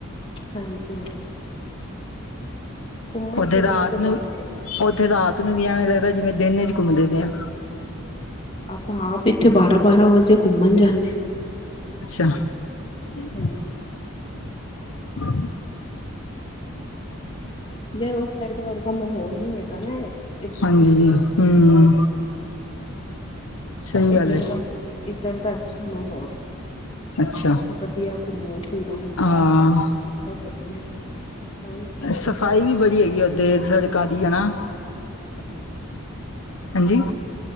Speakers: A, on the left (about 25°); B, on the left (about 70°).
A: ਹਾਂਜੀ। ਘੁੰਮਣ
B: ਉੱਥੇ
A: ਫਿਰਨਾ
B: ਰਾਤ
A: ਤੇ
B: ਨੂੰ
A: ਬੜਾ
B: ਵੀ,
A: ਵੇ
B: ਉੱਥੇ ਰਾਤ ਨੂੰ ਵੀ ਐਵੇਂ ਲੱਗਦਾ ਜਿਵੇਂ ਦਿਨ ਇਚ ਘੁੰਮਦੇ ਪਏ ਆਂ।
A: ਆਪਾਂ ਆਪ ਇੱਥੇ ਬਾਰਾਂ ਬਾਰਾਂ ਵਜੇ ਘੁੰਮਣ ਜਾਂਨੇ ਆਂ।
B: <inaudible>
A: ਹਾਂਜੀ, ਯਾਰ ਓਸ ਸਾਈਡ ਵਰਗਾ ਮਹੌਲ ਨੀ ਹੈਗਾ ਨਾ ਇਹ।
B: ਹਾਂਜੀ, ਹਮ। ਸਹੀ
A: ਇੱਧਰ
B: ਗੱਲ ਏ
A: ਦਾ, ਇੱਧਰ ਦਾ ਅੱਛਾ ਮਹੌਲ ਐ।
B: ਅੱਛਾ
A: ਵਧੀਆ ਘੁੰਮੋ ਫਿਰੋ,
B: ਹਾਂ
A: ਸਭ ਵਧੀਆ। ਹੋਰ ਕੀ,
B: ਸਫ਼ਾਈ
A: ਉੱਧਰ ਤਾਂ
B: ਵੀ ਬੜੀ ਹੈਗੀ ਓਦੇ ਸੜਕਾਂ ਦੀ ਹਨਾ
A: <unintelligible>
B: ਹਾਂਜੀ?